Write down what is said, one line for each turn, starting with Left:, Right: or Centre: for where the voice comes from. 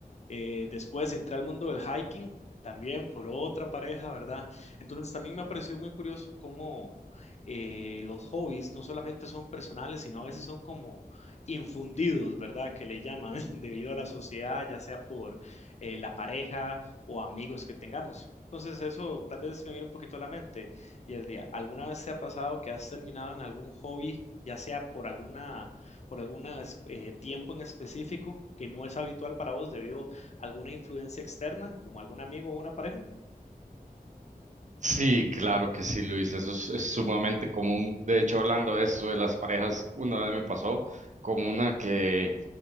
Left: Eh, después entré al mundo del hiking, también por otra pareja, ¿verdad? Entonces también me ha parecido muy curioso cómo eh, los hobbies no solamente son personales, sino a veces son como infundidos, ¿verdad? Que le llaman <laughs> debido a la sociedad, ya sea por eh, la pareja o amigos que tengamos. Entonces eso tal vez me viene un poquito a la mente. Y el día, ¿alguna vez te ha pasado que has terminado en algún hobby, ya sea por alguna por algún tiempo en específico que no es habitual para vos debido alguna influencia externa, como algún amigo o una pareja.
Right: Sí, claro que sí, Luis, eso es, es sumamente común. De hecho, hablando de esto de las parejas, una vez me pasó con una que